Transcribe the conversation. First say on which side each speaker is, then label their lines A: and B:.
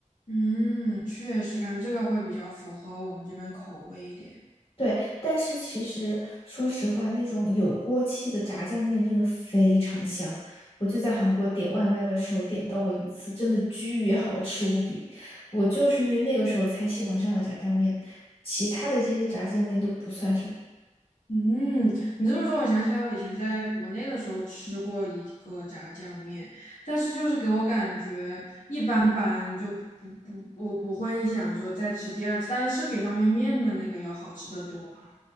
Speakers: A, on the left; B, on the left.
A: 嗯，确实感觉这个会比较符合我们这边口味一点。
B: 对，但是其实说实话，那种有锅气的炸酱面真的非常香。我就在韩国点外卖的时候点到过一次，真的巨好吃无比。我就是因为那个时候才喜欢上了炸酱面，其他的这些炸酱面都不算什么。
A: 嗯，你这么说，我想起来我以前在国内的时候吃过一个炸酱面，但是就是给我感觉一般般，就不不不，我不会想说再吃第二次，但是比方便面的那个要好吃得多哈。